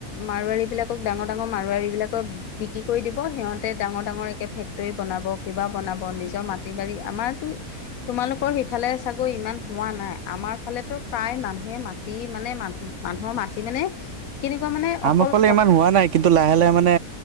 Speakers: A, on the left (about 70°); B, on the right (about 60°).
A: মাৰোৱাৰী বিলাকক ডাঙৰ-ডাঙৰ মাৰোৱাৰী বিলাকক বিক্ৰী কৰি দিব সিহঁতে ডাঙৰ-ডাঙৰ একে ফেক্টৰী বনাব, কিবা বনাব নিজৰ মাটি বাৰী আমাৰতো তোমালোকৰ সিফালে চাগৈ ইমান হোৱা নাই, আমাৰ ফালেতো প্ৰায় মানুহে মাত দি মানে মান মানুহৰ মাটি মানে কেনেকুৱা মানে
B: আমাৰ
A: অকল
B: ফালে
A: থ
B: ইমান হোৱা নাই কিন্তু লাহে-লাহে মানে